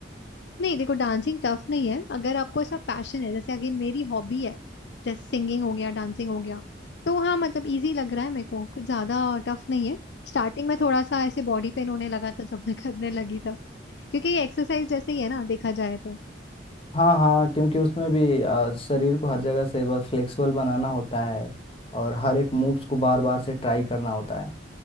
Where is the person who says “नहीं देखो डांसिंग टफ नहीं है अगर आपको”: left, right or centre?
Left